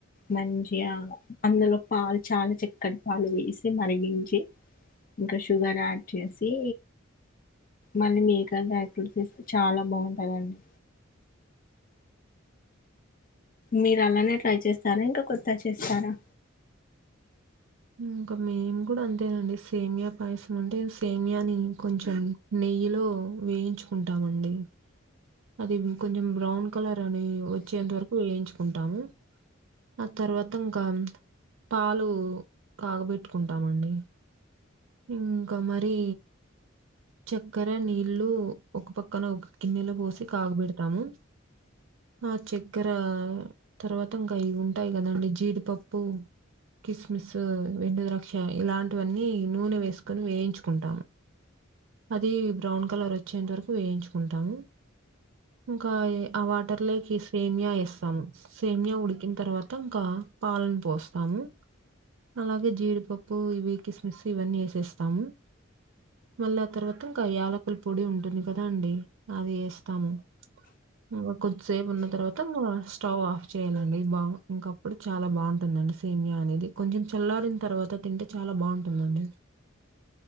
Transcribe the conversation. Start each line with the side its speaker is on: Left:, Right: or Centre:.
Left: మంచిగా అందులో పాలు చాలా చక్కటి పాలు వేసి మరిగించి ఇంకా షుగర్ యాడ్ చేసి మళ్ళీ మీరు యాడ్ చేస్తే చాలా బాగుంటుందండి. మీరు అలానే ట్రై చేస్తారా ఇంకా కొత్తగా చేస్తారా?
Right: ఇంకా మేము కూడా అంతేనండి సేమియా పాయసం అంటే సేమియాని కొంచెం నెయ్యిలో వేయించుకుంటామండి అది కొంచెం బ్రౌన్ కలర్ అని వచ్చేంత వరకు వేయించుకుంటాము ఆ తర్వాత ఇంకా పాలు కాగబెట్టుకుంటామండి ఇంకా మరి చక్కెర నీళ్లు ఒక పక్కన ఒక గిన్నెలో పోసి కాగబెడతాము ఆ చక్కెర తర్వాత ఇంకా అవి ఉంటాయి కదండి జీడిపప్పు కిస్మిస్ వెండు ద్రాక్ష ఇలాంటివన్నీ నూనె వేసుకొని వేయించుకుంటాము అది బ్రౌన్ కలర్ వచ్చేంత వరకు వేయించుకుంటాము ఇంకా ఆ వాటర్ లోకి ఈ సేమియా ఏస్తాము సేమ్య ఉడికిన తర్వాత ఇంకా పాలను పోస్తాము అలాగే జీడిపప్పు ఇవి కిస్మిస్ ఇవన్నీ వేసేస్తాము మళ్ళీ ఆ తర్వాత ఇంకా యాలకుల పొడి ఉంటుంది కదా అండి అది వేస్తాము ఇంకా కొద్దిసేపు ఉన్న తర్వాత ఇంకా స్టవ్ ఆఫ్ చేయాలండి బా ఇంకా ఇప్పుడు చాలా బాగుంటుందండి సైమ్యా అనేది కొంచెం చల్లారిన తర్వాత తింటే చాలా బాగుంటుందండి